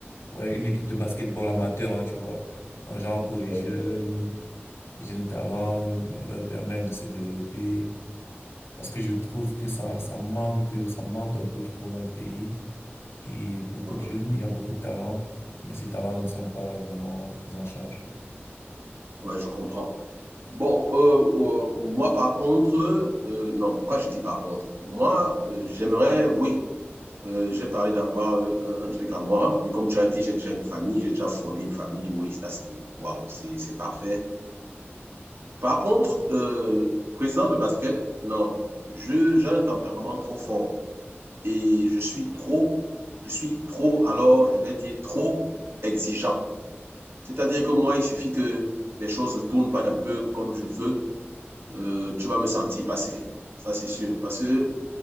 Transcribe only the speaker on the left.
Ouais, une équipe de basketball amateur, hein, tu vois. Donc, genre pour les
jeunes, les jeunes talents, leur permettre de se développer. Parce que je trouve que ça, ça manque, ça manque un peu trop dans le pays. Et beaucoup
de jeunes, il y a beaucoup de talents, mais ces talents ne sont pas vraiment pris en charge.